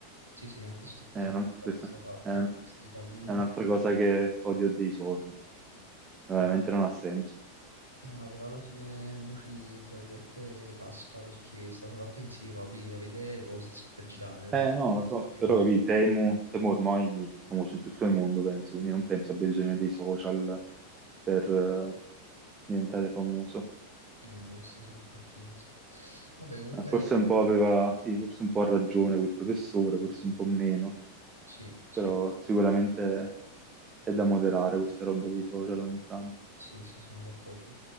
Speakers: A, on the right; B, on the right.
A: Sì, sì, anche su TikTok
B: Eh, non-
A: da
B: questa
A: questo fatto,
B: è, è
A: questi pallini
B: un'altra
A: qui.
B: cosa che odio dei social. Eh, Veramente
A: Eh.
B: non ha senso.
A: Eh no, però alla fine uno ci, tra virgolette, casca perché sta solo a pensiero, a vedere cose e sente a girare, non
B: Eh
A: è
B: no,
A: che
B: lo so,
A: sa più
B: però
A: di tanto.
B: capì, Temu, Temu ormai è famoso in tutto il mondo, penso, quindi non penso abbia bisogno dei social per eh, diventare famoso.
A: Ah, boh, questo sì, infatti, non so. Vabbè, comunque,
B: Eh, Forse un po' aveva, sì, forse un po' ha ragione quel professore, forse un po' meno,
A: sì, sì,
B: però sicuramente è da moderare questa roba dei social ogni tanto.
A: sì, sì, sono d'accordo.